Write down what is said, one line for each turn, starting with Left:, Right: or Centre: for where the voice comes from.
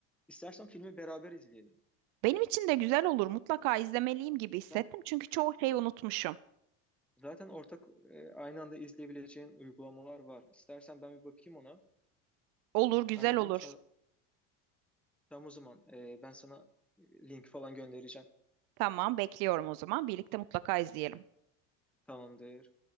Centre: İstersen filmi beraber izleyelim.
Right: Benim için de güzel olur. Mutlaka izlemeliyim gibi hissettim.
Centre: Tam,
Right: Çünkü çoğu şeyi unutmuşum.
Centre: zaten ortak e, aynı anda izleyebileceğin uygulamalar var. İstersen ben bir bakayım ona.
Right: Olur, güzel
Centre: Ayarlayayım
Right: olur.
Centre: sonra. Tamam o zaman e, ben sana e, link falan göndereceğim.
Right: Tamam, bekliyorum o zaman. Birlikte mutlaka izleyelim.
Centre: Tamamdır.